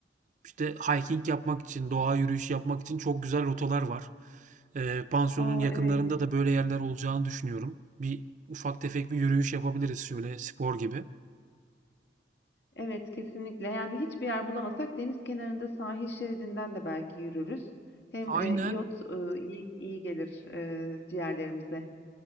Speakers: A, on the right (about 45°); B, on the left (about 70°).
A: işte, hiking yapmak için, doğa yürüyüşü yapmak için çok güzel rotalar var. Eee, pansiyonun
B: Aa,
A: yakınlarında
B: evet.
A: da böyle yerler olacağını düşünüyorum. Bir ufak tefek bir yürüyüş yapabiliriz şöyle spor gibi.
B: Evet kesinlikle. Yani hiçbir yer bulamasak deniz kenarında sahil şeridinden de belki yürürüz. Hem
A: Aynen.
B: e, iyot e, iyi, iyi gelir e, ciğerlerimize.